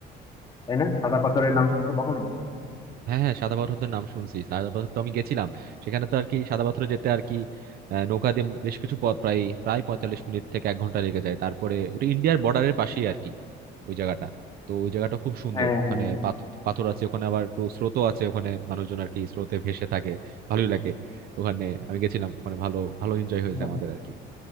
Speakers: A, on the left; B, on the right.
A: তাই না সাদা পাথরের নাম শুনছো কখনো
B: হ্যাঁ হ্যাঁ সাদা পাথরদের নাম শুনছি সাদা পাথর তো আমি গেছিলাম সেখানে তো আর কি সাদা পাথরে যেতে আর কি আহ, নৌকা দিয়ে বেশ কিছু পথ প্রায় প্রায় পঁয়তাল্লিশ মিনিট থেকে এক ঘন্টা লেগে যায় তারপরে ওটা ইন্ডিয়ার বর্ডারের পাশেই আর কি ওই জায়গাটা তো ওই জায়গাটা খুব সুন্দর
A: হ্যাঁ
B: ওখানে
A: হ্যাঁ
B: পাথ- পাথর আছে ওখানে আবার একটু স্রোতও আছে ওখানে মানুষজন আর কি স্রোতে ভেসে থাকে ভালোই লাগে ওখানে আমি গেছিলাম ওখানে ভালো ভালো এনজয় হয়েছে
A: হ্যাঁ
B: আমাদের আর কি